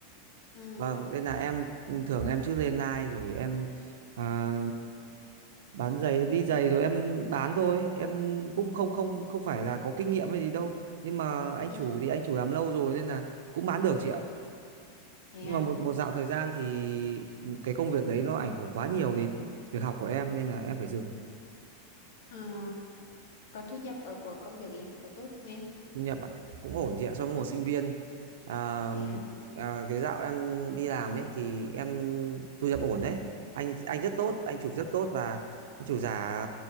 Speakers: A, on the left; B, on the right.
A: ừ
B: vâng nên là em thường em chứ lên live rồi em à, bán giày em đi giày rồi em bán thôi em cũng không
A: ừ
B: không không phải là có kinh nghiệm hay gì đâu nhưng mà anh
A: ừ.
B: chủ thì anh chủ làm lâu rồi nên là cũng bán được chị ạ
A: thế
B: nhưng
A: à
B: mà một một dạo thời gian thì ừ, cái công việc đấy nó ảnh hưởng quá nhiều đến việc học của em nên là em phải dừng
A: Ờ, còn thu nhập ở của công việc ấy thì có tốt không em
B: thu nhập ạ cũng ổn chị ạ so với
A: ừ
B: một sinh viên à,
A: thế à
B: à, cái dạo em đi làm ấy thì em thu nhập ổn đấy anh anh rất
A: ừ
B: tốt anh chủ rất tốt và anh chủ giả